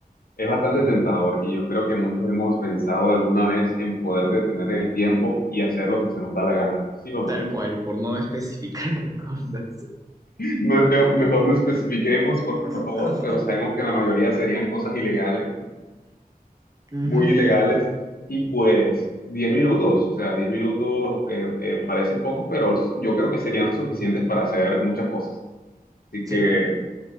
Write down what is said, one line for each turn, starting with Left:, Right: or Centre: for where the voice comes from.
Left: Es bastante
Right: Ujú.
Left: tentador y yo creo que muchos hemos pensado alguna vez en poder detener el tiempo y hacer lo que se nos da la gana, ¿sí o no?
Right: Tal cual, por no especificar <laughs> qué cosas.
Left: No, pe- mejor no especifiquemos, por,
Right: <laughs>
Left: por favor, pero sabemos que la mayoría serían cosas ilegales,
Right: Ujú.
Left: muy ilegales, y pues 10 minutos, o sea, 10 minutos eh, eh, parecen pocos, pero yo creo que serían suficientes para hacer muchas cosas. Así
Right: Sí,
Left: que,